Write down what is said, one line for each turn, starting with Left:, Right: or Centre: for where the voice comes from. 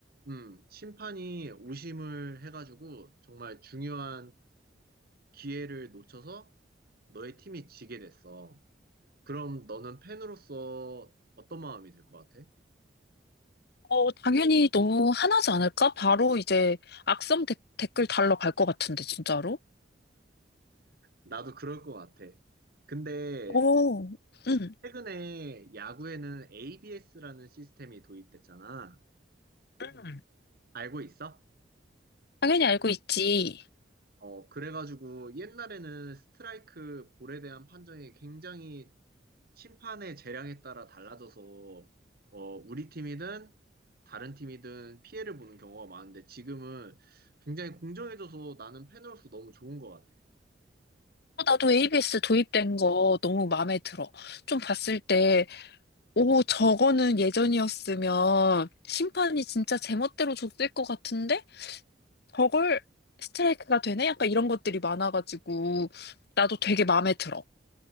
Right: 음, 심판이 오심을 해가지고 정말 중요한 기회를 놓쳐서 너의 팀이 지게 됐어. 그럼 너는 팬으로서 어떤 마음이 들 것 같아?
Left: 어, 당연히 너무 화나지 않을까? 바로 이제 악성 댓- 댓글 달러 갈 것 같은데, 진짜로?
Right: 나도 그럴 것 같아. 근데
Left: 오, 응,
Right: 최근에 야구에는 ABS라는 시스템이 도입됐잖아.
Left: 응.
Right: 알고 있어?
Left: 당연히 알고 있지.
Right: 어, 그래가지고 옛날에는 스트라이크 볼에 대한 판정이 굉장히 심판의 재량에 따라 달라져서 어, 우리 팀이든 다른 팀이든 피해를 보는 경우가 많은데 지금은 굉장히 공정해져서 나는 팬으로서 너무 좋은 것 같아.
Left: 어, 나도 ABS 도입된 거 너무 마음에 들어. 좀 봤을 때, 오, 저거는 예전이었으면 심판이 진짜 제멋대로 줬을 것 같은데? 저걸 스트라이크가 되네? 약간 이런 것들이 많아가지고 나도 되게 마음에 들어.